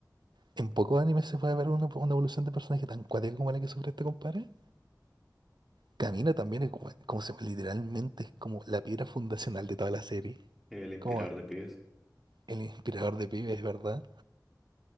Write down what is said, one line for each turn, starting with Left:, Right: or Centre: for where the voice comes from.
Right: en pocos animes se puede ver una, una evolución de personaje tan cuática como la que sufre este compadre. Camina también es gua- como se, literalmente es como la piedra fundacional de toda la serie.
Centre: El inspirador
Right: Como
Centre: de pibes.
Right: el inspirador de pibes, ¿verdad?